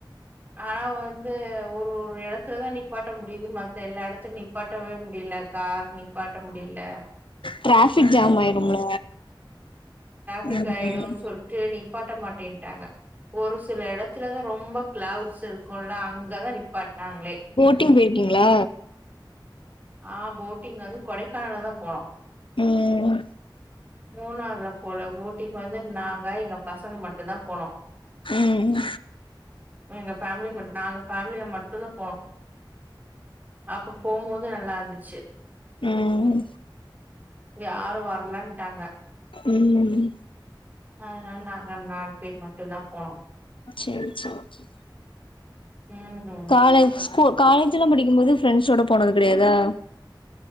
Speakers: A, on the right; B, on the left.
A: ஆனா வந்து ஒரு ஒரு எடத் த்துலதா நிப்பாட்ட முடியுது மத்த எல்லா எடத்து நிப்பாட்டவே முடியல கார் நிப்பாட்ட முடியல
B: டிராபிக் ஜாம் ஆயிரும்ல
A: பிக்
B: ம்
A: ஆயிடுன்
B: ம்
A: சொல்ட்டு நீப்பாட்ட மாட்டேன்ட்டாங்க ஒரு சில எடத்துலதா ரொம்ப கிளவுட்ஸ் இருக்குல்லா அங்கதா நிப்பாட்டனாங்களே
B: ட்டி போயிருக்கீங்ளா
A: ஆ போட்டிங் வந்து கொடைக்கானல்லதா போனோ
B: ம்
A: மூணார்லா போல ஊட்டிக்கு வந்து நாங்க எங்க பசங்க மாட்டுந்தா போனோ
B: ம்
A: எங்க பேமிலி மட்டு நாங்க பேமிலியா மட்டுந்தா போனோ அப்ப போ நல்லாருந்துச்சு
B: ம்
A: யாரு வர லன்டாங்க
B: ம்
A: அதனால நாங்க நாலு பேர் மட்டுந்தா போனோ
B: சேரி சேரி
A: ம்
B: காலேஜ் காலேஜ்லா படிக்கும் போது ஃப்ரெண்ட்ஸ்ஸோட போனது கெடையாதா